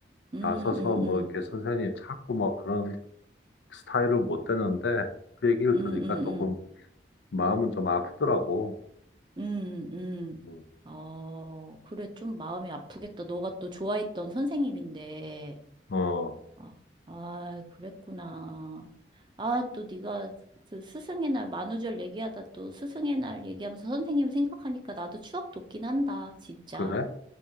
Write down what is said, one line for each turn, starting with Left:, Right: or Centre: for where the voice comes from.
Right: 음,
Left: 나서서
Right: 음,
Left: 뭐
Right: 음,
Left: 이렇게 선생님 찾고 뭐 그런 스타일을 못 되는데 그 얘기를
Right: 음,
Left: 들으니까
Right: 음,
Left: 조금 마음은 좀 아프더라고.
Right: 음, 음. 음.
Left: 음,
Right: 어, 그래, 좀 마음이 아프겠다. 너가 또 좋아했던 선생님인데.
Left: 어,
Right: 아, 아, 그랬구나. 아, 또 네가 그 스승의 날 만우절 얘기하다 또 스승의 날 얘기하면서 선생님 생각하니까 나도 추억 돋긴 한다, 진짜.
Left: 그래?